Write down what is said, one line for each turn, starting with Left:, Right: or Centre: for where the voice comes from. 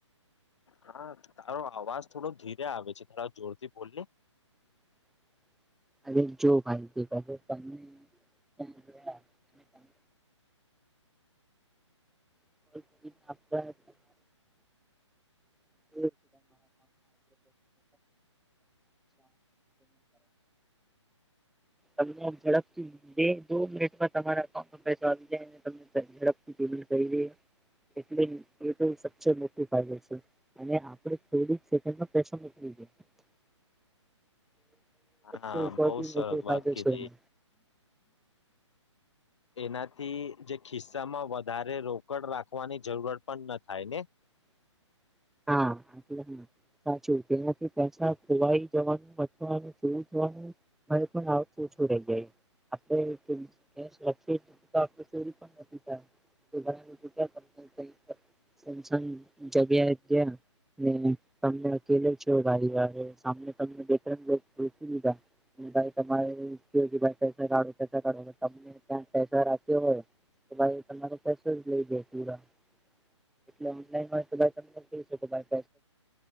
Left: હા તારો અવાજ થોડો ધીરે આવે છે તારા જોરથી બોલને.
Centre: <inaudible> જો ભાઈ ગયા અને તમને <inaudible> <unintelligible> <inaudible> તમને ઝડપથી બે દો મિનિટમાં તમારા અઉન્ટમાં પસો આવી જાય તમને ઝડપથી જો એટલે <unintelligible> છે. <unintelligible> <unintelligible>
Left: હા બહુ સરસ
Centre: લોકો ફાયદો
Left: વાત કીધી
Centre: છે એને.
Left: એનાથી જે ખિસ્સામાં વધારે રોકડ રાખવાની જરૂરત પણ ન થાય ને?
Centre: હા. <unintelligible> <unintelligible> <unintelligible> સેમસંગ જગ્યા. <unintelligible> <unintelligible> <unintelligible> તો ભાઈ તમારો પૈસ જ લઈ દે પૂરા એટલે ઓનલાઈન હોય તો ભાઈ